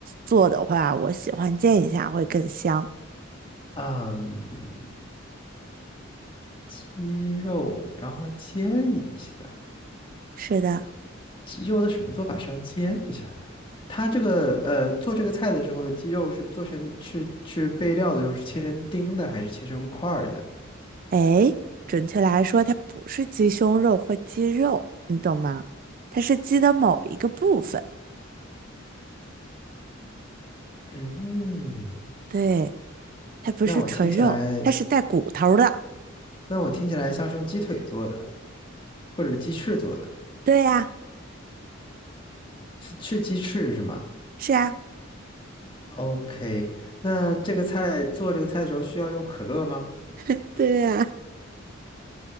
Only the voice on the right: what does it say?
做的话，我喜欢煎一下会更香。
是的，
哎，准确来说，它不是鸡胸肉或鸡肉，你懂吗？它是鸡的某一个部分，
对，它不是纯肉，
它是带骨头的。
对呀、
是啊，
<laughs> 对啊，